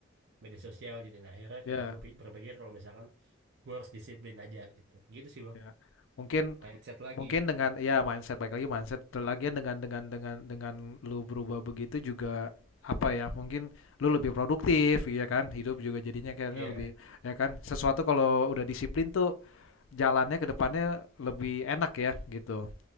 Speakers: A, on the right (about 55°); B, on the left (about 75°).
A: media sosial gitu nah akhirnya
B: ya
A: kayak gue pi- berpikir kalau misalkan gue harus disiplin aja gitu gitu sih bang
B: ya Mungkin
A: mindset lagi
B: mungkin dengan
A: gitu
B: ya mindset, baik lagi mindset, lagian dengan dengan dengan dengan lu berubah begitu juga, apa ya, mungkin lu lebih produktif ya kan, hidup juga jadinya kayaknya
A: iya
B: lebih ya kan, sesuatu kalau udah disiplin tuh jalannya ke depannya lebih enak ya gitu.